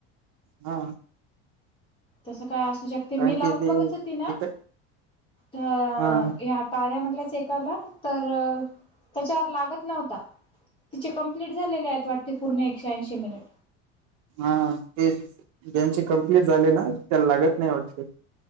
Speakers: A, on the right; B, on the left.
A: हा
B: तसं काय असू शकते मी
A: कारण
B: लावून
A: की ते
B: बघत होती ना
A: एक
B: तर
A: हा
B: ह्या, कार्या मधला चेक आला तर अ त्याच्यावर लागत नव्हता. तिचे कम्प्लीट झालेले आहेत वाटते पूर्ण एकशेऐंशी मिनिट.
A: हा तेच ज्यांची कम्प्लीट झाली ना त्याला लागत नाही वाटतं?